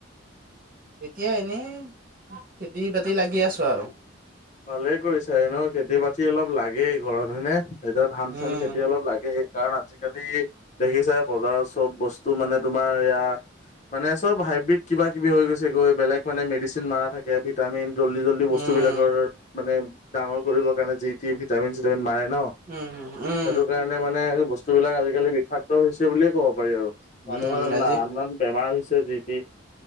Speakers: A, on the right; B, on the left.
A: এতিয়া এনেই খেতি বাতি লাগি আছো আৰু
B: ভালে কৰিৈছা এ ন খেতি বাতি অলপ লাগেই ঘৰত হয়নে এতিয়া ধান
A: উম
B: চান খেতি অলপ লাগে কাৰণ আজিকালি দেখিছাই বজাৰত চব বস্তু মানে তোমাৰ ইয়য়া মানে চব হাইব্ৰীড কিবা কিবি হৈ গৈছে গৈ বেলেগ মানে মেডিচিন মাৰা থাকে ভিটামিন জল্দি জল্দি বস্তু
A: উম
B: বিিলাকৰ মানে ডাঙৰ কৰিবৰ কাৰণে যি টি ভিটামিন চিটামিন মাৰে ন
A: উম, উম,
B: সেইটো কাৰণে মানে বস্তুবিলাক আজিকালি বিষাক্ত হৈছে বুলিয়ে ক'ব পাৰি আৰু মানুহৰ
A: উম, আজি
B: আন আন বেমাৰ হৈছে যিটি